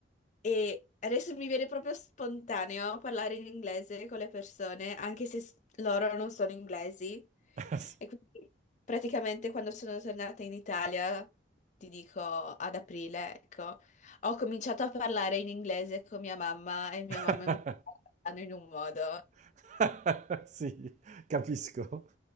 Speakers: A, on the left; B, on the right.
A: E adesso mi viene proprio spontaneo parlare in inglese con le persone, anche se s- loro non sono inglesi.
B: <laughs> Sì.
A: E quindi praticamente quando sono tornata in Italia, ti dico ad aprile, ecco, ho cominciato a parlare in inglese con mia mamma e mia
B: <laughs>
A: mamma mi sta parlando in un modo.
B: <laughs> Sì, capisco.